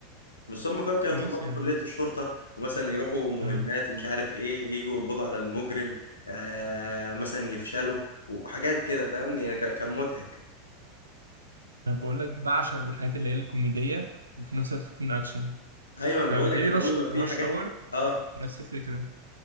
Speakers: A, on the left; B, on the right.
A: بس هم فاهم كده
B: خلاص
A: طلاب في
B: يا
A: كلية الشرطة ومثلا يروحوا مهمات
B: آه.
A: ومش عارف ايه يجوا يقبضوا على المجرم آه مثلا يفشلوا وحاجات كده فاهم يعني كا- كان مضحك
B: انا بقول لك بعشق الحاجات اللي هي الكوميديه وفي نفس الوقت تكون اكشن
A: ايوه
B: فبالتهيألي
A: انا بقول لك اللي
B: رش
A: هو بيبقى فيه
B: رش
A: حاجات
B: اور
A: اه
B: نفس الفكره